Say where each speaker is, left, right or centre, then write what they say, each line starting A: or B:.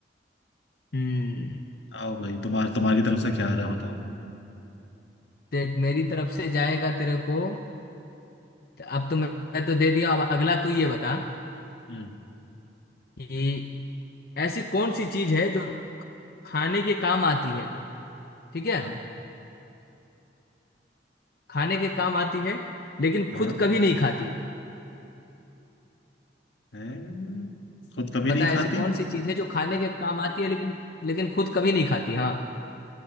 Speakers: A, on the left; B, on the left.
A: हम्म
B: आओ भाई तुम्हार तुम्हारी तरफ से क्या आ रहा है बताओ
A: देख मेरी तरफ से जाएगा तेरे को तो अब तो मैं मैं तो दे दिया अब अगला तू ये बता
B: हम्म
A: कि ऐसी कौन सी चीज है जो खाने के काम आती है ठीक है
B: हाँ
A: खाने के काम आती है लेकिन
B: हाँ
A: खुद कभी नहीं खाती
B: हैं। खुद कभी
A: बता
B: नहीं खाती
A: ऐसी कौन सी चीज है जो खाने के काम आती है लेकिन लेकिन खुद कभी नहीं खाती हाँ